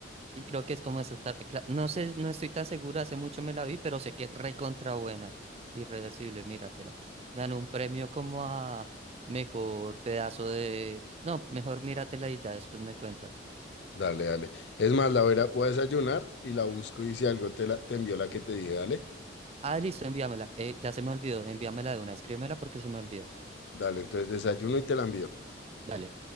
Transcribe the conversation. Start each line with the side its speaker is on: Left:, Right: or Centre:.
Right: Y creo que es como esa tar- cla- No sé, no estoy tan segura, hace mucho me la vi, pero sé que es recontra buena. Irreversible, míratela. Ganó un premio como a mejor pedazo de. No, mejor míratela y ya después me cuentas.
Left: dale, dale. Es más, la voy a, ir a- voy a desayunar y la busco y si algo te, la, te envió la que te dije, dale,
Right: Ah, listo, envíamela. Eh, ya se me olvidó, envíamela de una, escríbemela porque se me olvida.
Left: dale, entonces desayuno y te la envío.
Right: Dale.